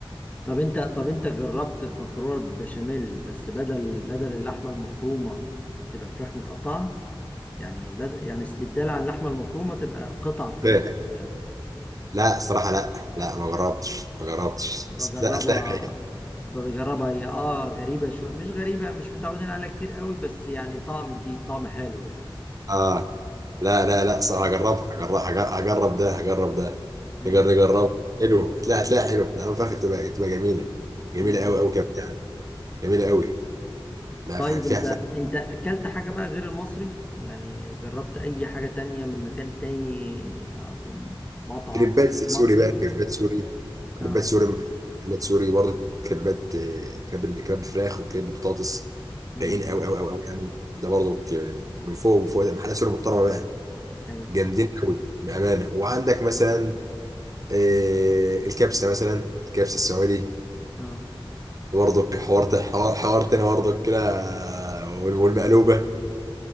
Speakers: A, on the left; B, on the right.
A: طب انت طب انت جربت مكرونه بالبشاميل بس بدل بدل اللحمه المفرومه تبقى فراخ متقطعه يعني بدأ يعني استبدال عن اللحمة المفرومة تبقى قطع فراخ
B: لا
A: صغيرة
B: لا الصراحه لا لا ما جربتش ما جربتش
A: بجربها
B: بس لا هتلاقي رايق.
A: بجربها هي اه غريبة شوية مش غريبة مش متعودين عليها كتير قوي بس يعني طعم جديد طعم حلو يعني
B: اه لا لا لا صراحة هجربها هجرب هجرب ده هجرب ده
A: مم.
B: نجرب نجربها حلو هتلاقي هتلاقي حلو نعم فاخر تبقى تبقى جميلة جميلة
A: مم.
B: قوي قوي كمان يعني جميلة قوي لا
A: طيب
B: في حاجة فيها
A: انت
B: فيها
A: انت اكلت حاجة بقى غير المصري يعني جربت اي حاجة تانية من مكان تاني او مطعم
B: كريبات سوري
A: مصري
B: بقى كريبات سوري كريبات
A: اه
B: سوري محلات سوري برضه كريبات آه، كريب ال- كريب فراخ وكريب بطاطس
A: مم.
B: رايقين قوي قوي قوي قوي يعني ده برضه ك- من فوق من فوق ده محلات سوري محترمة بقى
A: ايوه
B: جامدين قوي بأمانة وعندك مثلا آه، الكبسة مثلا الكبسة السعودي
A: اه
B: برضك حوار ت- حوار حوار تاني برضك كده وال- والمقلوبه